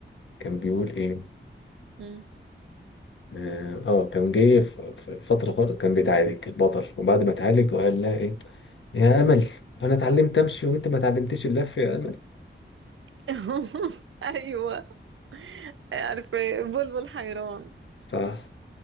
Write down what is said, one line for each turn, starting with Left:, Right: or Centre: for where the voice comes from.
Left: كان بيقول ايه
Right: مم.
Left: اه آه، كان جاي في في فترة خالص كان بيتعالج البطل وبعد ما اتعالج وقال لها ايه يا امل انا اتعلمت امشي وانت ما اتعلمتيش اللف يا امل
Right: <laughs> ايوه عارفه بلبل حيران
Left: <laughs> صح